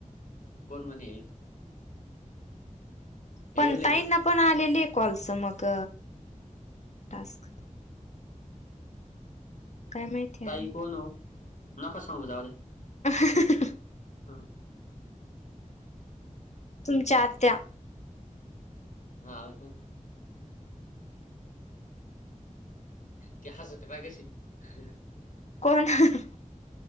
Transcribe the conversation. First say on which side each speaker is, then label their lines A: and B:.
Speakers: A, on the left (about 75°); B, on the left (about 60°).
A: कोण म्हणे येईल. येईल
B: पण ताईंना
A: का
B: पण आलेले कॉल्स मग टास्क. काय माहिती आहे
A: ताई कोण ओ नका सांगू जावू द्या.
B: अ हं.
A: हम.
B: तुमच्या आत्या.
A: हा का.
B: हम्म.
A: ती हसते पाय कशी अ हं हं.
B: कोण अ हं.